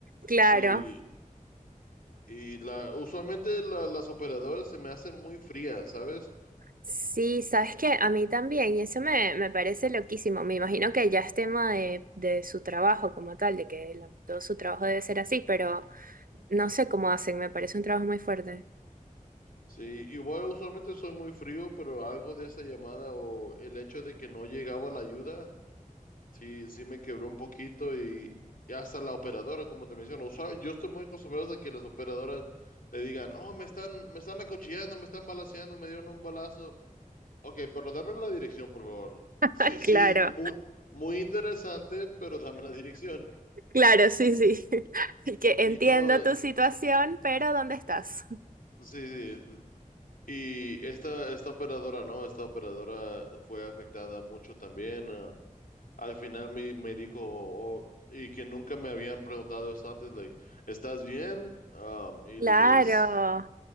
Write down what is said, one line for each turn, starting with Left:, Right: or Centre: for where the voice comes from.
Right: Claro.
Left: Y, y la, usualmente la- las operadoras se me hacen muy frías, ¿sabes?
Right: Sí, sabes que a mí también, y eso me, me parece loquísimo. Me imagino que ya es tema de, de su trabajo como tal, de que la- todo su trabajo debe ser así, pero no sé cómo hacen, me parece un trabajo muy fuerte.
Left: Sí, igual usualmente soy muy frío, pero algo de esa llamada o el hecho de que no llegaba la ayuda, sí, sí me quebró un poquito y, y hasta la operadora, como te menciono, usualmente yo estoy muy acostumbrado a que las operadoras le digan, oh, me están, me están acuchillando, me están balaceando, me dieron un balazo. Ok, pero dame la dirección, por favor.
Right: <laughs>
Left: Sí, sí,
Right: Claro.
Left: muy, muy interesante, pero dame la dirección.
Right: Claro, sí, sí. <laughs> Así que entiendo
Left: Y no, eh,
Right: tu situación, pero ¿dónde estás?
Left: sí, sí, Y esta, esta operadora, ¿no? Esta operadora fue afectada mucho también. ah. al final me, me dijo, "Oh", y que nunca me habían preguntado esto antes, like, ¿estás bien? Um, y
Right: Claro,
Left: le dije, "S-